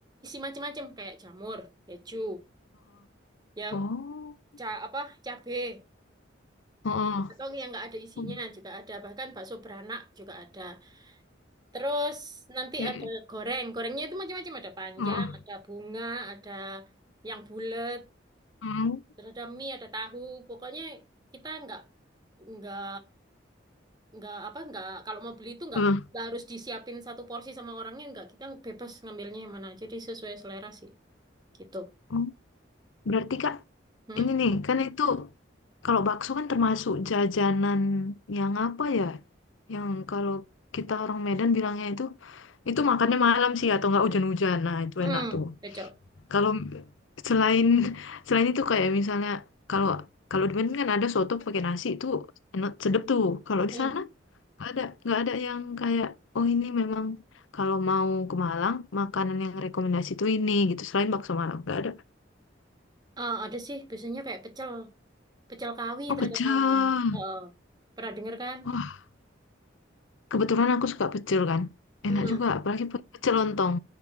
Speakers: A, on the right; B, on the left.
A: macam-macam kayak jamur, keju, ya
B: oh
A: ca apa cabe
B: Heeh.
A: atau yang nggak ada isinya
B: Oh,
A: juga ada, bahkan bakso beranak juga ada. Terus nanti
B: oke
A: ada goreng. Gorengnya itu macam-macam. Ada panjang,
B: Heeh.
A: ada bunga, ada yang bulat,
B: Hmm.
A: terus ada mie, ada tahu. Pokoknya kita nggak nggak nggak apa nggak kalau mau beli itu nggak
B: Heeh.
A: nggak harus disiapin satu porsi sama orangnya nggak kita bebas ngambilnya yang mana. Jadi sesuai selera sih gitu.
B: Oh. berarti kak
A: Hmm,
B: ini nih kan itu kalau bakso kan termasuk jajanan yang apa ya yang kalau kita orang Medan bilangnya itu itu makannya malam sih atau nggak hujan-hujan nah itu
A: hmm,
B: enak tuh
A: pecel.
B: Kalau selain selain itu kayak misalnya kalau kalau di Medan kan ada soto pakai nasi itu enak sedep tuh. Kalau di
A: Hmm.
B: sana nggak ada nggak ada yang kayak oh ini memang kalau mau ke Malang makanan yang rekomendasi tuh ini gitu. Selain bakso Malang nggak ada.
A: Ah, ada sih biasanya kayak pecel pecel kawi
B: Oh
A: terkenalnya.
B: pecel.
A: Oh, pernah dengar kan?
B: Wah kebetulan aku suka pecel kan. Enak
A: Hmm.
B: juga apalagi pe- pecel lontong.